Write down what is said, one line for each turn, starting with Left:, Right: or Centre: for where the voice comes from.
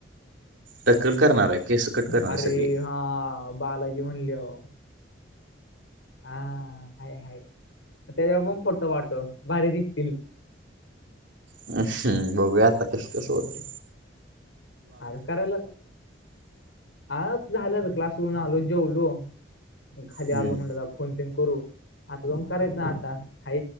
Right: टक्कल करणार आहे केस कट करणार
Left: अरे
Right: आहे सगळे
Left: हा बालाजी म्हणली हो हा हाय हाय त्याच्यावर पण फोटो पाठव भारी दिसतील
Right: हम् असं बघू या आता कस कस होते
Left: अरे करायला आ झालं तर क्लासवरून आलो जेवलो म खाली
Right: हम्म
Left: आलो म्हणलं फोन पन करू आता पण करायचं ना आता हा